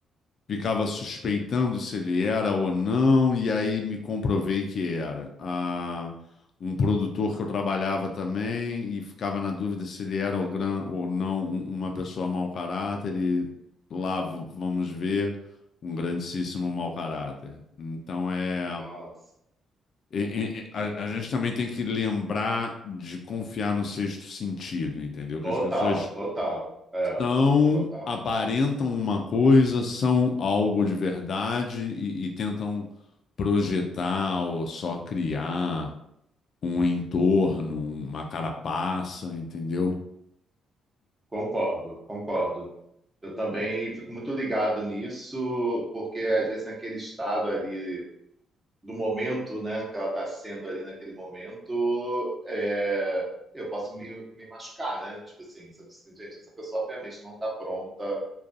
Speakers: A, on the left; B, on the right.
A: ficava suspeitando se ele era ou não, e aí me comprovei que era. Ah, um produtor que eu trabalhava também e ficava na dúvida se ele era ou, gran, ou não um- uma pessoa mau caráter, e lá v- vamos ver um grandíssimo mau caráter. Então é.
B: nossa.
A: e- e- A, a gente também tem que lembrar de confiar no sexto sentido, entendeu? Que
B: total,
A: as pessoas
B: total, é,
A: são,
B: total.
A: aparentam uma coisa, são algo de verdade e, e tentam projetar ou só criar um entorno, uma carapaça, entendeu?
B: Concordo, concordo. Eu também fico muito ligado nisso, porque às vezes naquele estado ali do momento, né, que ela está sendo ali naquele momento, é, eu posso me, me machucar, né? Tipo assim, sabe assim, gente, essa pessoa obviamente não está pronta